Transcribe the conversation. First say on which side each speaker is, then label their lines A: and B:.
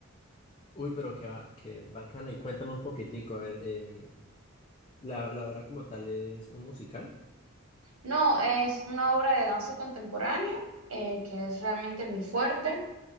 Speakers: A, on the left; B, on the right.
A: Uy, pero qué, va, qué bacano. Y cuéntame un poquitico, a ver, eh, ¿la, la obra como tal es un musical?
B: No, es una obra de danza contemporánea, eh, que es realmente mi fuerte,